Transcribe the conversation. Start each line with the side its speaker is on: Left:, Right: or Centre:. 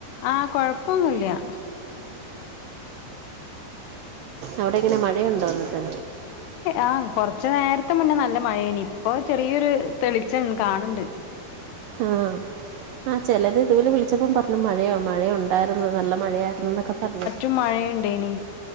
Left: ആ കൊഴപ്പൊന്നൂല്ല്യ
Right: അവടെങ്ങെനെ മഴയുണ്ടോ എന്നിട്ട്
Left: ആ കൊറച്ച് നേരത്തെ മുന്നേ നല്ല മഴേനി ഇപ്പൊ ചെറിയൊരു തെളിച്ചം കാണുണ്ട്
Right: ആ ആ ചിലര് ഇതുപോലെ വിളിച്ചപ്പം പറഞ്ഞു മഴയോ മഴയൊ ണ്ടാരുന്നു നല്ല മഴയായിന്നൊക്കെ പറഞ്ഞു
Left: പ്പൊ മഴയുണ്ടെയ്നി